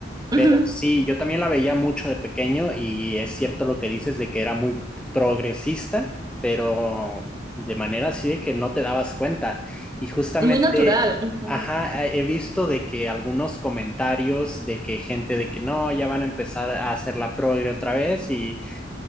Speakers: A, on the right (about 20°); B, in the centre.
A: <laughs>
B: Pero
A: ujú,
B: sí, yo también la veía mucho de pequeño y es cierto lo que dices de que era muy progresista, pero de manera así de que no te dabas cuenta. Y justamente,
A: muy natural. ujú.
B: ajá, he visto de que algunos comentarios de que gente de que no, ya van a empezar a hacer la progre otra vez y